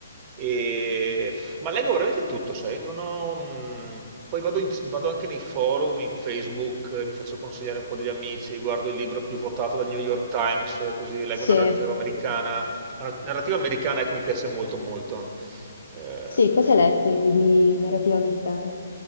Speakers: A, on the right; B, on the left.
A: E Ma leggo veramente tutto, sai? Non ho, mm, Poi vado, in- vado anche nei forum, in Facebook, eh, mi faccio consigliare un po' degli amici, guardo il libro più votato dal New York Times, eh, così leggo
B: Sì,
A: narrativa americana. La narrativa americana, ecco, mi piace molto, molto. Eh,
B: sì, cosa hai letto in- di narrativa americana?